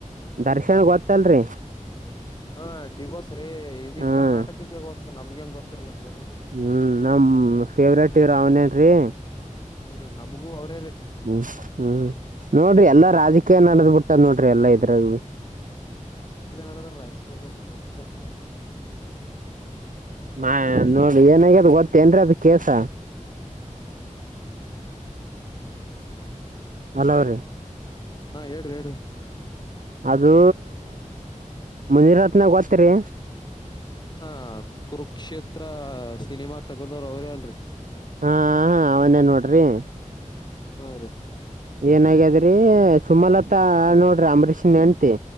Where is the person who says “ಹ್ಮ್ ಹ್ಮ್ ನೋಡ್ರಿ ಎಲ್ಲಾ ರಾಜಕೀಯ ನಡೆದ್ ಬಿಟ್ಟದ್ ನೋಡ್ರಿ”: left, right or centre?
Right